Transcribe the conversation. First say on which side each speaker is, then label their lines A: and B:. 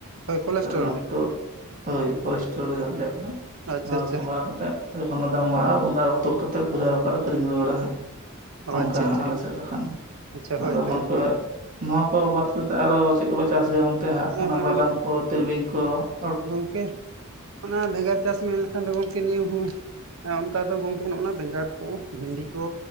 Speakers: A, on the right; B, on the right.
A: ᱦᱳᱭ ᱠᱳᱞᱮᱥᱴᱨᱚᱞ
B: <unintelligible> ᱦᱳᱭ, ᱠᱚᱞᱮᱥᱴᱨᱳᱞ ᱡᱟᱦᱟ ᱠᱚ ᱞᱟᱹᱭᱟᱜ ᱠᱟᱱᱟ,
A: ᱟᱪᱪᱷᱟ
B: ᱚᱱᱟ ᱫᱚ
A: ᱟᱪᱪᱷᱟ
B: ᱥᱟᱸᱵᱟᱣ ᱠᱟᱛᱮᱫ ᱡᱚᱠᱷᱚᱱ ᱜᱮ ᱫᱟᱢ ᱵᱟᱲᱦᱟᱜᱼᱟ ᱩᱱ ᱫᱚ <unintelligible> ᱛᱩᱫ ᱠᱟᱛᱮᱫ ᱜᱷᱩᱨᱤ ᱟᱨᱦᱚ ᱠᱚ ᱟᱹᱠᱷᱨᱤᱧ ᱨᱩᱣᱟᱹᱲᱟ ᱦᱟᱸᱜ ᱾
A: ᱚ
B: ᱚᱱᱠᱟ
A: ᱟᱪᱪᱷᱟ ᱟᱪᱪᱷᱟ
B: ᱦᱟᱜ ᱟᱞᱮ ᱥᱮᱫ ᱫᱚ ᱠᱷᱟᱱ,
A: ᱟᱪᱪᱷᱟ ᱦᱳᱭ
B: ᱟᱫᱚ
A: ᱛᱚ
B: ᱜᱚᱝᱠᱮ ᱱᱚᱣᱟ ᱠᱚ ᱵᱟᱫ ᱠᱟᱛᱮᱫ ᱟᱨᱚ ᱪᱮᱫ ᱠᱚᱯᱮ ᱪᱟᱥ ᱜᱮᱭᱟ, ᱚᱱᱛᱮ ᱦᱟᱸᱜ
A: ᱮᱸ
B: ᱚᱱᱟ ᱵᱟᱫᱟᱢ ᱠᱚ ᱛᱤᱞᱢᱤᱧ ᱠᱚ ᱾
A: ᱜᱚᱝᱠᱮ ᱚᱱᱟ ᱵᱷᱮᱜᱟᱨ ᱪᱟᱥ ᱢᱮᱱ ᱞᱮᱠᱷᱟᱱ ᱫᱚ ᱜᱚᱝᱠᱮ ᱱᱤᱭᱟᱹ ᱦᱚᱸ ᱚᱱᱠᱟ ᱫᱚ ᱜᱚᱝᱠᱮ ᱱᱚᱜ-ᱚ ᱱᱟ ᱵᱮᱸᱜᱟᱲ ᱠᱚ ᱵᱷᱮᱱᱰᱤ ᱠᱚ